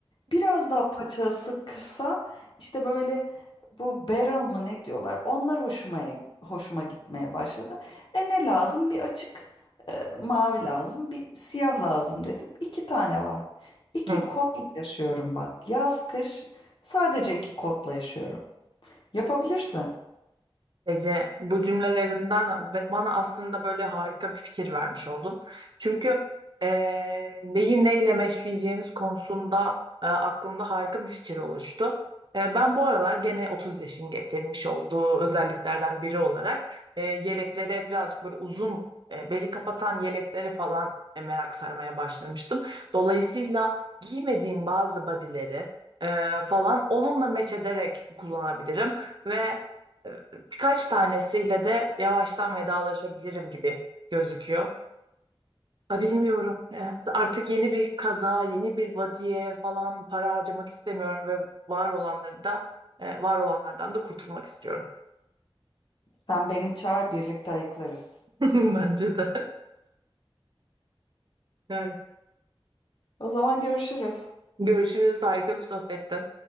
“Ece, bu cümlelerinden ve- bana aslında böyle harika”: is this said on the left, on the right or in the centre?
Right